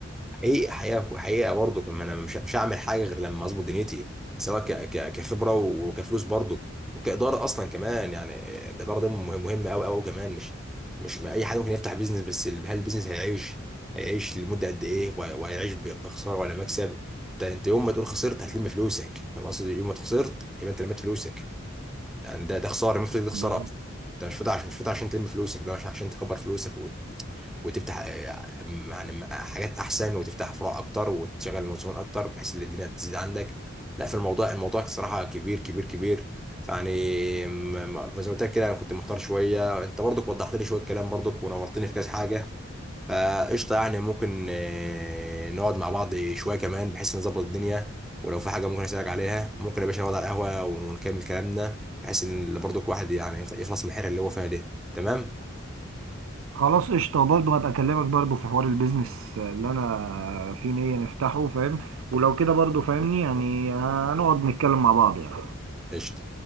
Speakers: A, in the centre; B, on the right.
A: حقيقه حقيقه حقيقه برضو كمان انا مش مش هعمل حاجه غير لما اظبط دنيتي سواء ك... ك... كخبره وكفلوس برضو وكاداره اصلا كمان يعني الاداره ده مهم مهمه قوي قوي كمان مش مش ما اي حد ممكن يفتح بيزنس بس ال- هل البيزنس هيعيش هيعيش لمده قد ايه وه- وهيعيش ب- بخساره ولا مكسب انت انت يوم ما تقول خسرت هتلم فلوسك فاهم قصدي يوم ما خسرت يبقى انت لميت فلوسك يعني ده ده خساره المفتك ده خساره
B: بالظبط
A: اصلا انت مش فاتح عشان مش فاتح عشان تلم فلوسك ده عشان عشان تكبر فلوسك وت- وتفتح آه، يعني حاجات احسن وتفتح فروع اكتر وتشغل موظفين اكتر بحيث ان الدنيا تزيد عندك لا في الموضوع الموضوع صراحه كبير كبير كبير فيعني م- م- فزي ما قلت لك كده انا كنت محتار شويه انت برضك وضحت لي شويه كلام برضك ونورتني في كذا حاجه فقشطة يعني ممكن آه، نقعد مع بعض شوية كمان بحيث نظبط الدنيا ولو في حاجة ممكن أسألك عليها ممكن يا باشا نقعد على القهوة ونكمل كلامنا بحيث إن برضو كل واحد يعني يخلص من الحيرة اللي هو فيها دي تمام؟
B: خلاص قشطه وبرضه هبقى اكلمك برضه في حوار البيزنس اللي انا في نيه نفتحه فاهم ولو كده برضه فاهمني يعني هنقعد نتكلم مع بعض يعني
A: قشطة